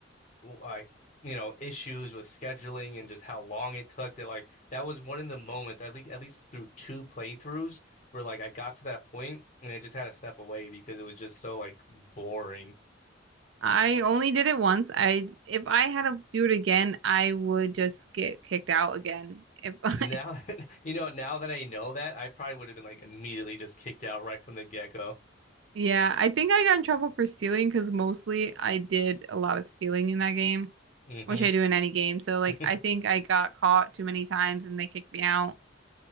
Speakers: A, on the left; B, on the right.
A: like you know issues with scheduling and just how long it took that like that was one of the moments at least at least through two playthroughs where like I got to that point and I just had to step away because it was just so like boring.
B: I only did it once. I if I had to do it again, I would just get kicked out again. If I,
A: Now <laughs> you know now that I know that I probably would have been like immediately just kicked out right from the get-go.
B: <laughs> yeah, I think I got in trouble for stealing because mostly I did a lot of stealing in that game,
A: hmm
B: which I do in any game. So like
A: <laughs>
B: I think I got caught too many times and they kicked me out.